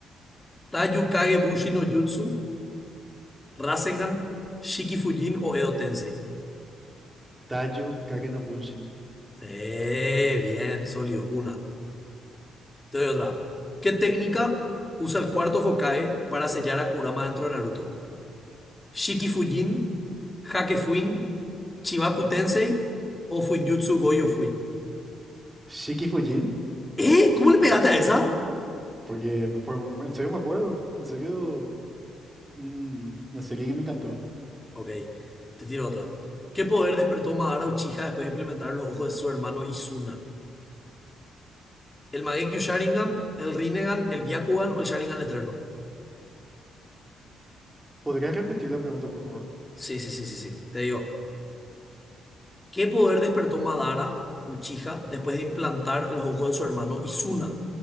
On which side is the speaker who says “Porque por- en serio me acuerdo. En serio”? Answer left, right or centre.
Right